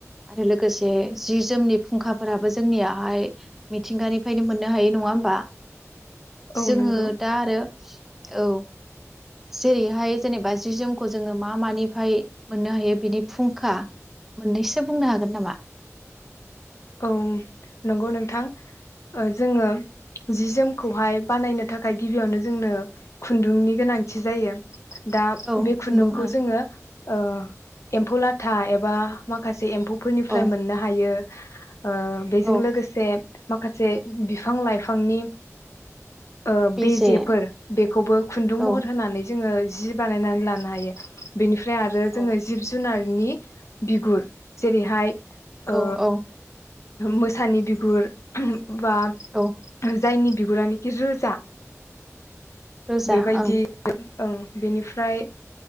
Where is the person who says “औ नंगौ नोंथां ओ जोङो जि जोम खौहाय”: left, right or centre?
Left